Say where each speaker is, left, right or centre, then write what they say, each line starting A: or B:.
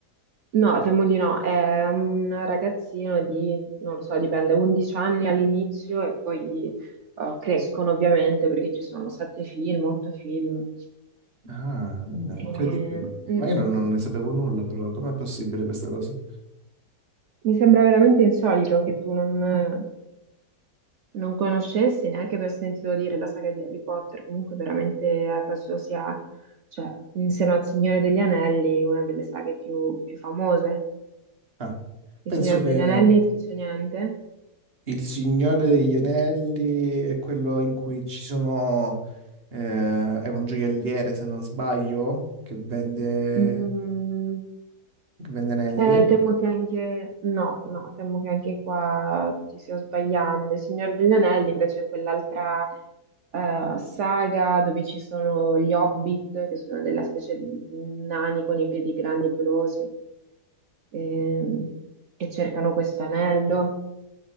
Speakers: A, on the right; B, on the right.
A: No, temo di no, è un ragazzino di, non lo so, dipende, 11 anni all'inizio e poi eh, crescono ovviamente perché ci sono sette film, otto film.
B: Ah, eh,
A: Eh,
B: incredibile.
A: mm,
B: Ma io non, non ne sapevo nulla, però com'è possibile questa cosa?
A: mi sembra veramente insolito che tu non, non conoscessi neanche per sentito dire la saga di Harry Potter. Comunque, veramente eh, penso sia, cioè, insieme al Signore degli Anelli, una delle saghe più, più famose.
B: Ah,
A: Il
B: penso
A: Signore
B: che
A: degli Anelli ti dice niente?
B: Il Signore degli Anelli è quello in cui ci sono... eh, è un gioielliere, se non sbaglio, che vende,
A: Mm,
B: che vende anelli.
A: eh, temo che anche, no, no, temo che anche qua tu ti stia sbagliando. Il Signore degli Anelli invece è quell'altra. eh, saga dove ci sono gli Hobbit, che sono della specie di nani con i piedi grandi e pelosi, ehm, che cercano questo anello,